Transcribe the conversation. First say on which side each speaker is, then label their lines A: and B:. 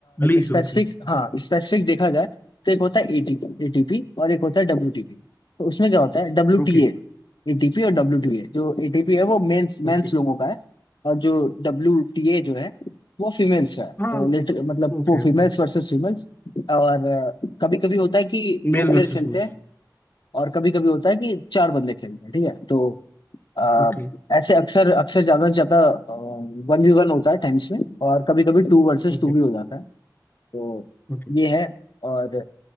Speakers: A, on the left; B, on the left.
A: League
B: स्पेसिफिक
A: okay
B: हाँ स्पेसिफिक देखा जाए तो एक होता है एटीपी एटीपी और एक होता है डब्ल्यूटीपी तो उसमें क्या होता है डब्ल्यूटीए
A: Okay
B: एटीपी और डब्ल्यूटीए जो एटीपी है वो मेंस मेंस
A: okay
B: लोगों का है और जो डब्ल्यूटीए जो है वो फीमेल्स का है
A: हाँ
B: तो लिटर मतलब
A: Okay
B: वो फीमेल्स
A: okay
B: वर्सेस फीमेल्स और कभी कभी होता है कि दो
A: Male
B: प्लेयर
A: versus
B: खेलते
A: male
B: हैं और कभी कभी होता है कि चार बंदे खेलते हैं ठीक है तो अ,
A: Okay
B: ऐसे अक्सर अक्सर ज्यादा से ज्यादा वन वी वन होता है टाइम्स में और कभी कभी टू वर्सेस
A: okay
B: टू भी हो जाता है तो
A: okay
B: ये है और